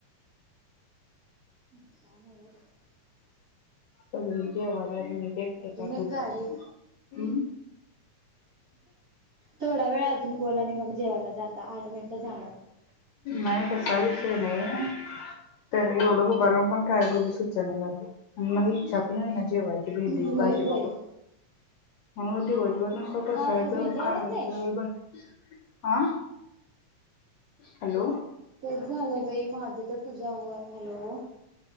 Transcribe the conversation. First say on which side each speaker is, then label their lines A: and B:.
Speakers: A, on the right; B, on the left.
A: <unintelligible>
B: सगळे जेवल्यात मीच एकटी
A: अजून
B: आत
A: एक
B: उभारलोय.
A: गाडी थोडा वेळ अजून बोल आणि मग जेवायला जाता आठ मिनटं झालं.
B: नाही तसा विषय नाही. तर एवढं उभा राहून पण काय बोलू सुचना झालयं आणि मला इच्छा पण होइना. जेवायची भेंडीची
A: होय
B: भाजी
A: बाई
B: बघून. नुसतं बसायचं
A: का तुला भेंडी
B: खायचं
A: आवडत नाही
B: बसायच हा. हॅलो.
A: तेच झालंय बाई माझं तर तुझ्या वरं. हॅलो